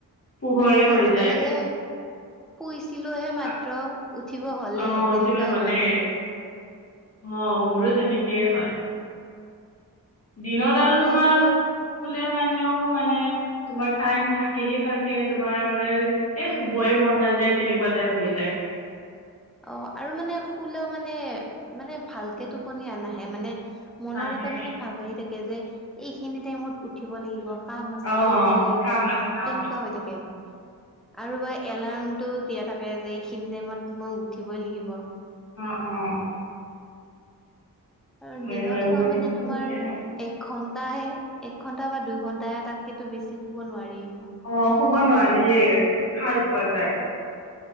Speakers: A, on the left; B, in the centre.
A: পোহৰে
B: মানে
A: হৈ
B: এনেকুৱা
A: যায়।
B: লাগে, শুইছিলোহে মাত্ৰ।
A: আ-
B: উঠিব হ'লেই
A: অ', উঠিব
B: তেনেকুৱাই
A: হ'লে
B: হয়।
A: অ' মোৰো তেনেকেই হয়। দিনত আৰু
B: মানে
A: তোমাৰ,
B: এইটোৰ
A: খুলে মানেও মানে তোমাৰ টাইম থাকেহে, থাকে, তোমাৰ মানে এ শুবইে মন নাযায় তেনেকুৱা টাইপ হৈ যায়।
B: অ' আৰু মানে শুলও মানে, মানে ভালকে টোপনি আ নাহে মানে মনত
A: নাহে
B: এটা মানে ভাৱ আহি থাকে যে, এইখিনি টাইমত উঠিব লাগিব। কাম আছে
A: অ'
B: কৰিব লাগিব,
A: কাম আছে
B: তেনেকুৱা
A: অ'
B: হৈ থাকে। আৰু বা এলাৰ্মটো দিয়া থাকে যে, এইখিনি টাইমত মই উঠিবই লাগিব।
A: অ' অ'।
B: কাৰণ,
A: হয়
B: দিনত
A: হয়
B: হোৱা
A: মোৰো
B: মানে
A: সেনেকে
B: তোমাৰ
A: হয়
B: এক ঘন্টাহে, এক ঘন্টা বা দুই ঘণ্টাহে তাতকেতো বেছি শুব নোৱাৰি।
A: অ' শুব নোৱাৰিয়েই, সাৰ পোৱা যায়।